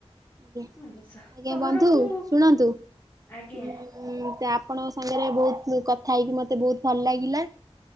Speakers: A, on the right (about 35°); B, on the left (about 25°).
A: ଆଜ୍ଞା
B: ହୁଁ
A: ଆଜ୍ଞା
B: ସହରକୁ
A: ବନ୍ଧୁ ଶୁଣନ୍ତୁ ଉଁ
B: ଆଜ୍ଞା
A: ଟା ଆପଣଙ୍କ ସାଙ୍ଗରେ ବହୁତ କଥା ହେଇକି ମତେ ବହୁତ ଭଲ ଲାଗିଲା।